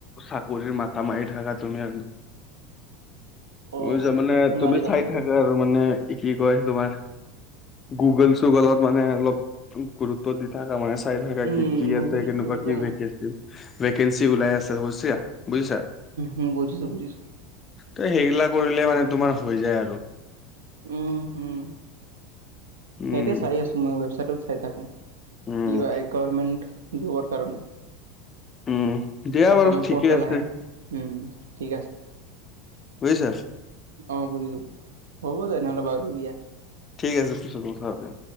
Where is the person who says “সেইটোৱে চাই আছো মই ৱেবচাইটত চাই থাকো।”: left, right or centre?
Right